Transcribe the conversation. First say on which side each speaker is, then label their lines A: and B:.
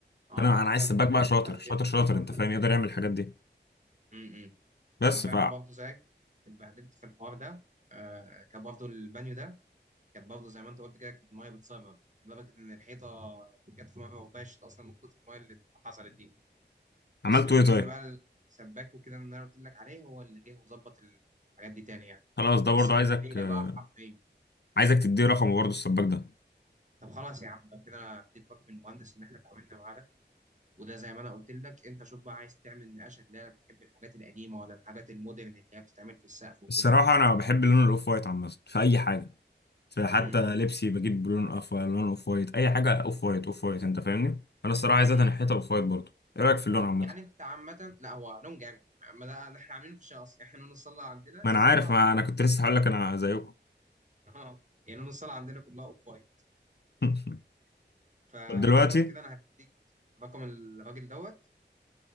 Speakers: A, on the right; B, on the left.
A: اه
B: انا
A: انا
B: انا عايز
A: فعلا
B: سباك
A: برضه
B: بقى شاطر
A: اتبهدلت
B: شاطر شاطر
A: في الحوار
B: انت
A: ده
B: فاهم يقدر يعمل الحاجات دي
A: امم
B: بس
A: انا فعلا
B: ف <laughs>
A: برضه زيك اتبهدلت في الحوار ده آه كان برضه البانيو ده كان برضه زي ما انت قلت كده كانت الميه بتسرب لدرجه ان الحيطه جت في مره وباشت اصلا من كتر الميه اللي حصلت دي
B: عملت
A: بس لما
B: ايه طيب
A: جبنا بقى السباك وكده اللي انا قلت لك عليه هو اللي جه وظبط الحاجات دي تاني يعني
B: خلاص ده برضه
A: بس كانت
B: عايزك
A: ليله
B: آه،
A: بقى حرفيا
B: عايزك تديه رقمه برضه السباك ده
A: طب خلاص يا عم لو كده انا اتفق من المهندس ان احنا اتعاملنا معاه ده وده زي ما انا قلت لك انت شوف بقى عايز تعمل نقاشه اللي هي بتحب الحاجات القديمه ولا الحاجات المودرن اللي هي بتتعمل في السقف وكده
B: الصراحه انا بحب لون الاوف وايت عامه في اي حاجه في حتى
A: امم
B: لبسي بجيب لون اوف لون اوف وايت اي حاجه اوف وايت اوف وايت انت فاهمني انا الصراحه عايزها
A: امم
B: تنحيتها اوف وايت برضه ايه رايك في اللون عامه
A: يعني انت عامه لا هو لون جامد ما ده اللي احنا عاملينه في الشقه اصلا احنا لون الصاله عندنا
B: ما
A: الصاله
B: انا عارف ما انا كنت
A: <laughs>
B: لسه هقول لك انا زيكم
A: اه يعني لون الصاله عندنا كلها اوف وايت
B: <laughs>
A: فلو
B: طب دلوقتي
A: كده انا هديك رقم الراجل دوت